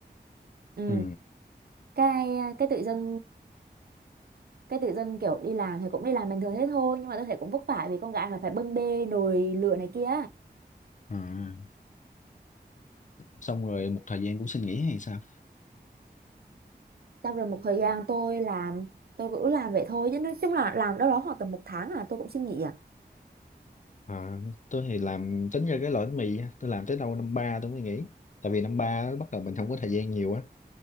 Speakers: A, on the right; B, on the left.
A: ừ.
B: ừ
A: cái à, cái tự dưng cái tự dưng kiểu đi làm thì cũng đi làm bình thường thế thôi nhưng mà tôi thấy cũng vất vả vì con gái mà phải bưng bê nồi lửa này kia
B: à. xong rồi một thời gian cũng xin nghỉ hay sao
A: Sau rồi một thời gian tôi làm tôi cứ làm vậy thôi chứ nói chung là làm đâu đó khoảng tầm một tháng là tôi cũng xin nghỉ à
B: à, tôi thì làm tính ra cái loại bánh mì á, tôi làm tới đâu năm ba tôi mới nghỉ tại vì năm ba bắt đầu mình không có thời gian nhiều á